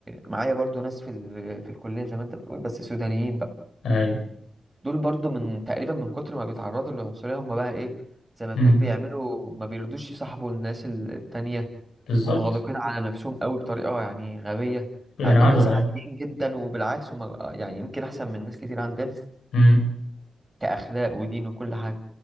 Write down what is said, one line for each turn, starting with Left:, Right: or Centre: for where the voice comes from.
Right: معايا برضه ناس في ال- في الكلية زي ما أنت بتقول بس سودانيين بقى
Left: أي
Right: دول برضو من تقريبا من كتر ما بيتعرضوا للعنصرية هم بقى ايه زي ما تقول
Left: أمم،
Right: بيعملوا ما بيرضوش يصاحبوا الناس التانية
Left: بالظبط
Right: منغلقين على نفسهم قوي بطريقة يعني غبية
Left: يعني
Right: مع انهم
Left: عذر
Right: ناس عاديين
Left: أي
Right: جدا وبالعكس هم يعني يمكن احسن من ناس كتير عندنا
Left: أمم،
Right: كأخلاق ودين وكل حاجة